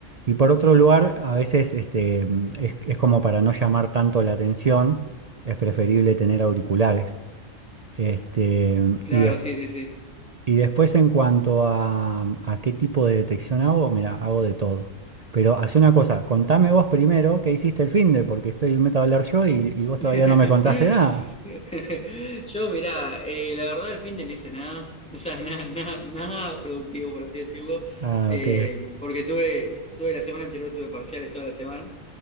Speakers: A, on the right; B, in the centre.
A: y por otro lugar a veces este, mm, es, es como para no llamar tanto la atención, es preferible tener auriculares. Este,
B: Claro,
A: y después
B: sí, sí, sí.
A: y después en cuanto a, a qué tipo de detección hago, mira, hago de todo. Pero hace una cosa, contame vos primero qué hiciste el finde, porque estoy meto a hablar yo y, y vos todavía
B: <laughs>
A: no me contaste nada.
B: Yo, mirá, eh, la verdad el fin de no hice nada. O sea, nada, nada, nada productivo, por así decirlo.
A: Ah,
B: Eh,
A: ok.
B: porque tuve, tuve la semana anterior, tuve parciales toda la semana.